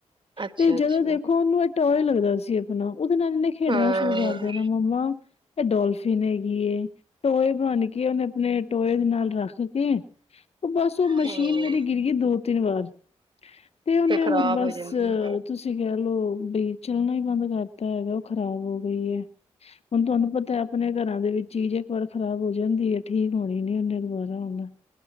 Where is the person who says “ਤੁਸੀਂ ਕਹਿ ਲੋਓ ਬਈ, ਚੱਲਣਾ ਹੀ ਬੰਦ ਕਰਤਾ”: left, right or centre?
Left